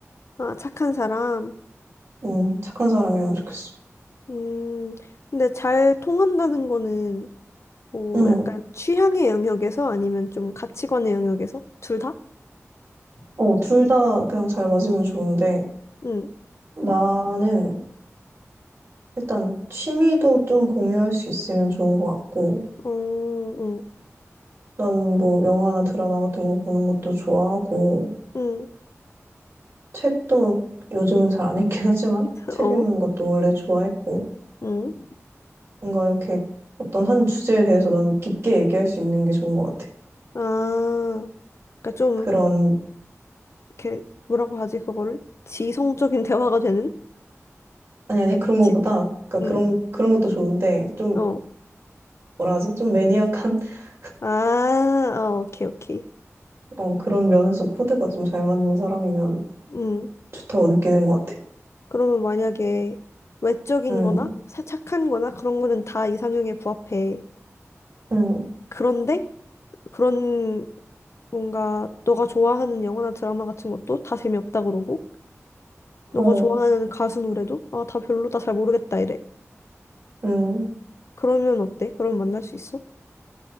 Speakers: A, on the left; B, on the right.
A: 아, 착한 사람.
B: 음, 착한 사람이면 좋겠어.
A: 음, 근데 잘 통한다는 거는 뭐
B: 응,
A: 약간 취향의 영역에서 아니면 좀 가치관의 영역에서? 둘 다?
B: 어, 둘 다 그냥 잘 맞으면 좋은데,
A: 응,
B: 나는 일단 취미도 좀 공유할 수 있으면 좋은 것 같고,
A: 어, 응,
B: 나는 뭐 영화나 드라마 같은 거 보는 것도 좋아하고,
A: 응,
B: 책도 요즘은 잘 안 읽긴 하지만,
A: <laughs>
B: 책
A: 어,
B: 읽는 것도 원래 좋아했고,
A: 응.
B: 뭔가 이렇게 어떤 한 주제에 대해서 난 깊게 얘기할 수 있는 게 좋은 것 같아.
A: 아, 그러니까 좀
B: 그런,
A: 이렇게 뭐라고 하지 그거를 지성적인 <laughs> 대화가 되는
B: 아니, 아니, 그런 거보다,
A: 지
B: 그러니까
A: 음.
B: 그런, 그런 것도 좋은데, 좀,
A: 어.
B: 뭐라 하지? 좀 매니악한, <laughs>
A: 아, 아, 오케이, 오케이.
B: 어, 그런 면에서 코드가 좀 잘 맞는 사람이면
A: 음.
B: 좋다고 느끼는 것 같아.
A: 그러면 만약에 외적인
B: 음,
A: 거나 사- 착한 거나 그런 거는 다 이상형에 부합해.
B: 음,
A: 그런데 그런 뭔가 너가 좋아하는 영화나 드라마 같은 것도 다 재미없다 그러고 너가
B: 어,
A: 좋아하는 가수 노래도 아, 다 별로다 잘 모르겠다 이래.
B: 음.
A: 그러면 어때? 그럼 만날 수 있어?